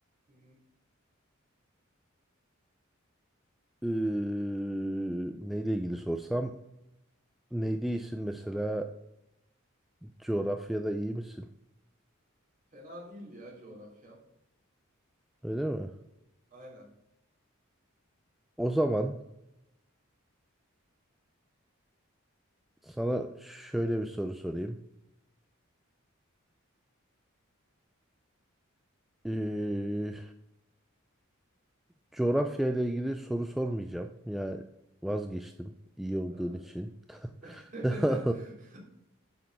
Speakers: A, on the right; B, in the centre.
A: hı.
B: Ee, neyle ilgili sorsam neyde iyisin mesela coğrafyada iyi misin?
A: Fena değildi ya coğrafyam.
B: Öyle mi?
A: Aynen.
B: O zaman sana şöyle bir soru sorayım. Ee, Coğrafya ile ilgili soru sormayacağım. yani vazgeçtim iyi olduğun
A: Ay.
B: için.
A: <laughs>
B: <laughs>